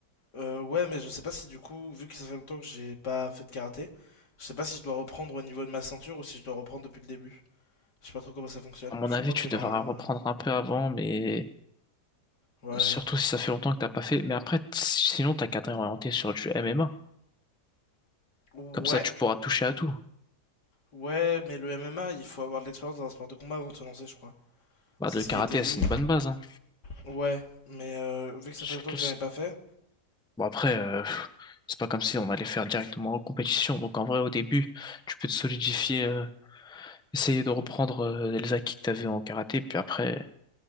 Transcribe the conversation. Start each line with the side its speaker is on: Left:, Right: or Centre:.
Left: euh, ouais, mais je sais pas si du coup, vu que ça fait longtemps que j'ai pas fait de karaté, je sais pas si je dois reprendre au niveau de ma ceinture ou si je dois reprendre depuis le début. Je sais pas trop comment ça fonctionne.
Centre: À mon
Left: Je
Centre: avis,
Left: crois
Centre: tu
Left: que normalement.
Centre: devras reprendre un peu avant, mais
Left: Ouais.
Centre: Surtout si ça fait longtemps que t'as pas fait. Mais après, t- sinon, t'as qu'à t'orienter sur du MMA.
Left: Ouais,
Centre: Comme ça, tu pourras toucher à tout.
Left: Ouais, mais le MMA, il faut avoir de l'expérience dans un sport de combat avant de se lancer, je crois.
Centre: Bah,
Left: C'est
Centre: le
Left: ce
Centre: karaté,
Left: qui était dit.
Centre: c'est une bonne base, hein.
Left: Ouais, mais euh, vu que
Centre: Surtout
Left: ça fait longtemps que
Centre: si...
Left: j'en ai pas fait,
Centre: Bon, après, euh, pff, c'est pas comme si on allait faire directement en compétition. Donc, en vrai, au début, tu peux te solidifier, euh, essayer de reprendre euh, les acquis que t'avais en karaté. Puis après,